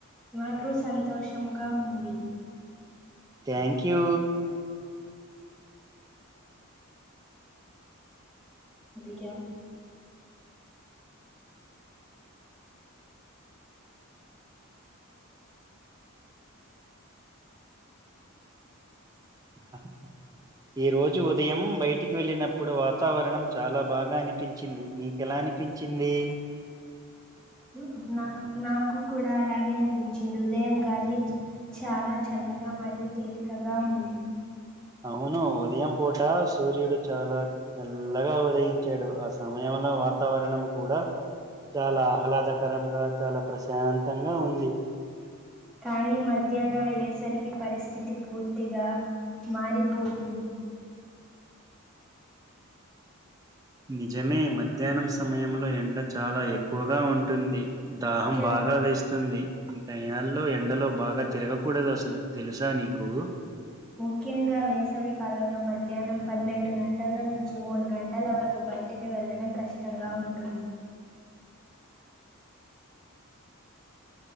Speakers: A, in the centre; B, on the right (about 15°).
A: మాకు సంతోషంగా ఉంది
B: థ్యాంక్ యూ
A: దిగాం
B: అహ ఈ రోజు ఉదయం బయటికి వెళ్ళినప్పుడు వాతావరణం చాలా బాగా అనిపించింది మీకెలా అనిపించింది
A: ను నాక్ నాకు కూడా అలాగే అనిపించింది ఉదయం గది చాలా చల్లగా మరియు తె లికగా ఉంది
B: అవును ఉదయం పూట సూర్యుడు చాలా మెల్లగా అ ఉదయించాడు ఆ సమయంలో వాతావరణం కూడా చాలా ఆహ్లాదకరంగా చాలా ప్రశాంతంగా ఉంది
A: కానీ మధ్యాహ్నం ఏ సరికి పరిస్థితి పూర్తిగా మారిపోతుంది
B: నిజమే మధ్యాహ్నం సమయంలో ఎండ చాలా ఎక్కువగా ఉంటుంది దాహం
A: ముఖ్య
B: బాగా వేస్ వస్తుంది ఇ టయాల్లో ఎండలో బాగా తిరగకూడదు అసలు తెలుసా నీకు
A: ముఖ్యంగా వేసవికాలంలో మధ్యాహ్నం పన్నెండు గంటల నుంచి మూడు గంటల వరకు బయటికి వెళ్ళడం కష్టంగా ఉంటుంది